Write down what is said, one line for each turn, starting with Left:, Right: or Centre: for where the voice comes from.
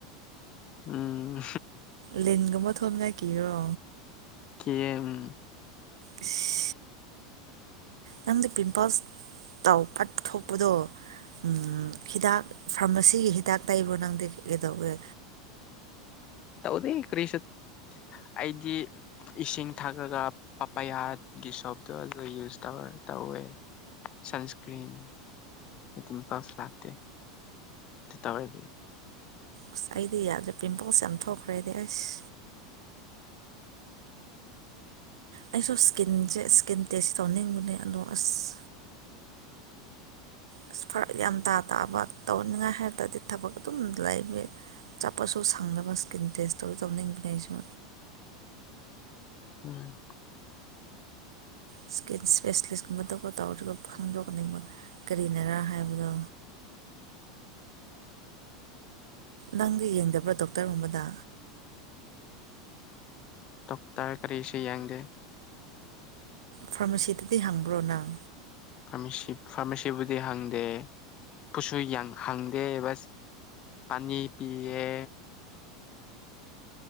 Left: ꯎꯝ
Right: ꯂꯤꯟꯒꯨꯝꯕ ꯊꯣꯛꯅꯤꯡꯉꯥꯢ ꯀꯤꯕ꯭ꯔꯣ
Left: ꯀꯤꯌꯦ ꯎꯝ
Right: ꯏꯁ ꯅꯪꯗꯤ ꯄꯤꯝꯄꯜꯁ ꯇꯧ ꯐꯠ ꯊꯣꯛꯄꯗꯣ ꯎꯝ ꯍꯤꯗꯥꯛ ꯐꯥꯔꯃꯥꯁꯤꯒꯤ ꯍꯤꯗꯥꯛ ꯇꯩꯕ꯭ꯔꯣ ꯅꯪꯗꯤ ꯀꯩꯗꯧꯋꯦ
Left: ꯇꯧꯗꯦ ꯀꯔꯤꯁꯨ ꯑꯩꯗꯤ ꯏꯁꯤꯡ ꯊꯛꯂꯒ ꯄꯄꯌꯥꯒꯤ ꯁꯣꯞꯇꯣ ꯑꯗꯨ ꯌꯨꯁ ꯇꯧꯔꯦ ꯇꯧꯋꯦ ꯁꯟꯁꯀ꯭ꯔꯤꯟ ꯗꯤꯝꯄꯜꯁ ꯂꯥꯛꯇꯦ ꯁꯤ ꯇꯧꯔꯗꯤ
Right: ꯑꯁ ꯑꯩꯗꯤ ꯌꯥꯗ꯭ꯔꯦ ꯄꯤꯝꯄꯜꯁ ꯌꯥꯝ ꯊꯣꯛꯈ꯭ꯔꯦ ꯑꯩꯗꯤ ꯑꯁ ꯑꯩꯁꯨ ꯏꯁꯀꯤꯟꯁꯦ ꯏꯁꯀꯤꯟ ꯇꯦꯁ ꯇꯧꯅꯤꯡꯕꯅꯦ ꯑꯗꯣ ꯑꯁ ꯑꯁ ꯐꯔꯛ ꯌꯥꯝ ꯇꯥ ꯇꯥꯕ ꯇꯧꯅꯤꯡꯉꯥꯏ ꯍꯥꯏꯔꯇꯗꯤ ꯊꯕꯛ ꯑꯗꯨꯝ ꯂꯩꯕꯒꯤ ꯆꯠꯄꯁꯨ ꯁꯪꯗꯕ ꯏꯁꯀꯤꯟ ꯇꯦꯁ ꯇꯨ ꯇꯧꯅꯤꯡꯕꯅꯦ ꯑꯩꯁꯨ
Left: ꯎꯝ
Right: ꯏꯁꯀꯤꯟ ꯏꯁꯄꯦꯁꯂꯤꯁꯀꯨꯝꯕ ꯇ ꯇꯧꯔꯗꯤꯀꯣ ꯐꯪꯗꯧꯕꯅꯦ ꯀꯔꯤꯅꯔꯥ ꯍꯥꯏꯕꯗꯣ
Left: <inaudible>
Right: ꯅꯪꯗꯤ ꯌꯦꯡꯗꯕ꯭ꯔꯥ ꯗꯣꯛꯇꯔꯒꯨꯝꯕꯗ
Left: ꯗꯣꯛꯇꯔ ꯀꯔꯤꯁꯨ ꯌꯦꯡꯗꯦ
Right: ꯐꯥꯔꯃꯥꯁꯤꯗꯗꯤ ꯍꯪꯕ꯭ꯔꯣ ꯅꯪ
Left: ꯐꯥꯔꯃꯥꯁꯤ ꯐꯥꯔꯃꯥꯁꯤꯕꯨꯗꯤ ꯍꯪꯗꯦ ꯕꯨꯁꯨ ꯌꯥꯝ ꯍꯪꯗꯦ ꯕꯁ ꯑꯅꯤ ꯄꯤꯌꯦ